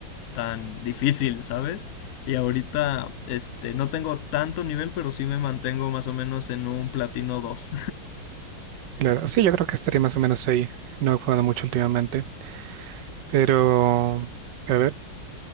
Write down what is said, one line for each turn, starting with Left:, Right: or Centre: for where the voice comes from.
Left: tan difícil, ¿sabes? Y ahorita, este, no tengo tanto nivel, pero sí me mantengo más o menos en un platino 2.
Right: Claro, sí, yo creo que estaría más o menos ahí. No he jugado mucho últimamente. Pero, a ver,